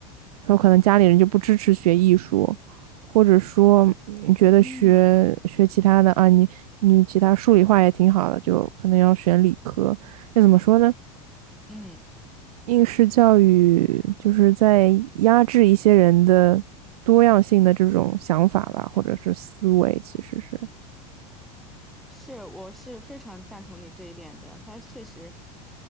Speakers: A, on the right; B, in the centre.
A: 他可能家里人就不支持学艺术，或者说你觉得学学其他的啊，
B: 嗯
A: 你你其他数理化也挺好的，就可能要选理科。这怎么说呢？
B: 嗯嗯
A: 应试教育就是在压制一些人的多样性的这种想法吧，或者是思维，其实是
B: 是，我是非常赞同你这一点的。他确实